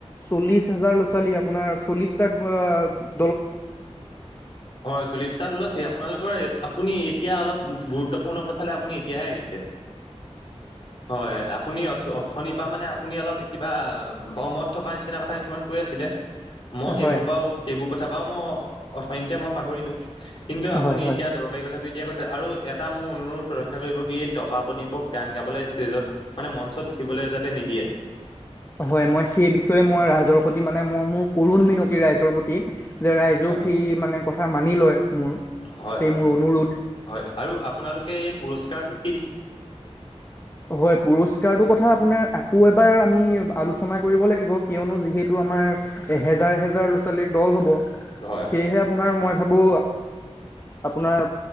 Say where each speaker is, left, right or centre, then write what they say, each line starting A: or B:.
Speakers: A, on the left; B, on the left.
A: চল্লিশ হাজাৰ লৰা ছোৱালী আপোনাৰ চল্লিশ টা <unintelligible>
B: হয় চল্লিশটা তলত সেই আপোনালোকৰ আপুনি এতিয়া অলপ পৰ্ণ কথালে আপুনি এতিয়াহে আহিছে হয় আপুনি তথনিৰপা মানে আপুনি অলপ কিবা ভ্ৰমত থকা নিচিনা কথা কিছুমান কৈ আছিলে। মই সেইবোৰ
A: হয়
B: বাও সেইবোৰ অঁ মই অথনিতে পাহৰিলো। কিন্তু আপুনি
A: হয় হয়
B: এতিয়া দৰকাৰী কথাটো তেতিয়া কৈছে। আৰু এটা মোৰ অনুৰোধ ৰক্ষা কৰিব কি এই টপা প্ৰদীপক গান গাবলৈ ষ্টেজত মানে মঞ্চত উঠিবলৈ যাতে নিদিয়ে।
A: হয় মই সেই বিষয়ে মই ৰাইজৰ স মানে মই মোৰ কৰুণ মিনতি ৰাইজৰ প্ৰতি যে ৰাইজও
B: হয়
A: সি
B: হয়
A: মানে কথা মানি লয় মোৰ।
B: হয়
A: সেই
B: হয়
A: মোৰ অনুৰোধ
B: হয়। আৰু আপোনালোকে এই পুৰস্কাৰটোক
A: হয় পুৰস্কাৰটো কথা আকৌ এবাৰ আমি আলোচনা কৰিব লাগিব। কিয়নো যিহেতু আমাৰ এহেজাৰ এহেজাৰ লৰা ছোৱালীৰ দল হব।
B: হয় হয়।
A: সেয়েহে আপোনাৰ মই ভাবো আপোনাৰ